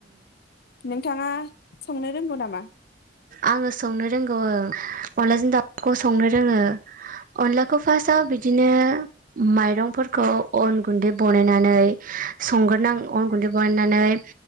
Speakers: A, on the left (about 55°); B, on the right (about 45°).
A: नोंथाङा संनो रोंगौ नामा
B: आङो संनो रोंगौ ओ अनलाजों दाउखौ संनो रोङो अनलाखौ फार्स्टआव बिदिनो माइरंफोरखौ अन गुन्दै बनायनानै संग्रोनां अन गुन्दैखौ बानायनानै